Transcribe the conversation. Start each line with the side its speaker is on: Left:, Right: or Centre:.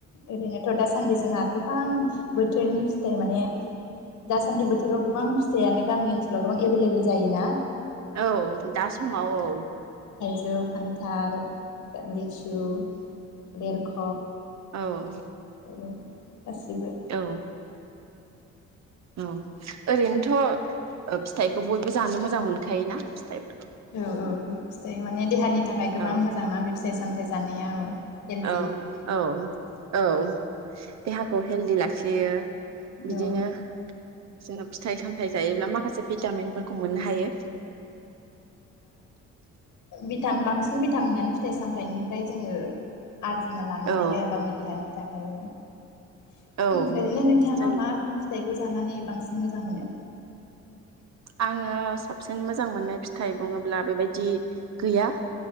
Left: ऐरैनो थदासान दासान्दि जोंहा गोबां बोथोरनि फिथाइ माने दासान्दि बोथोराव गोबां फिथाइयानो गामि ओनसोलाव गोबां एभेलेबेल जायोना
Right: औ दा समाव औ
Left: जौ खान्थाल रिसु देरख'
Right: औ
Left: औ गासिबो
Right: औ औ ओरैनोथ' फिथाइखौ बयबो जानो मोजां मोनखायोना फिथाइ
Left: औ औ माने देहानि नि थाखाय गोबां
Right: औ
Left: मोजां ना बि फिसाय सामथायाइ जानाया औ हेलदि
Right: औ औ औ <unintelligible> देहाखौ हेलदि लाखियो बिदिनो
Left: औ
Right: जोंङो फिथाइ सामथायाइ जायोब्ला माखासे भिटामिनफोरखौ मोननो हायो
Left: भितमिन बांसिन भिटामिनानो फिथाइ सामथाइनिफ्राय जोंङो आरजिना लानो
Right: औ
Left: हायो आरो गावनि देहानि थाखाय आरो
Right: औ
Left: ओरैनो नोंथाङा
Right: जों
Left: मा फिथाइ खौ जानानै बांसिन मोजां मोनो
Right: आङो साबसिन मोजां मोननाय फिथाइ बुंङोब्ला बेबायदि गैया